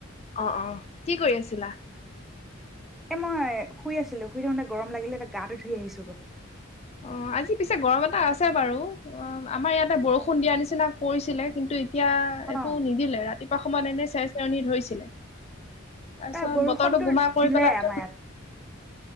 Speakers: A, on the left; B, in the centre.
A: অ অ কি কৰি আছিলা
B: এ মই শুই আছিলো শুই থাকোঁতে গৰম লাগিলে এটা গাটো ধুই আহিছো গ
A: অ আজি পিছে গৰম এটা আছে বাৰু অ আমাৰ ইয়াতে বৰষুণ দিয়া নিচিনা কৰিছিলে কিন্তু এতিয়া
B: অ'
A: একো নিদিলে ৰাতিপুৱা সমান এনে চাই চৰণি ধৰিছিলে তাৰপিছত
B: এ বৰষুণতো
A: বতৰটো বোমা কৰি
B: দিলে
A: পেলাৰত
B: আমাৰ ইয়াত।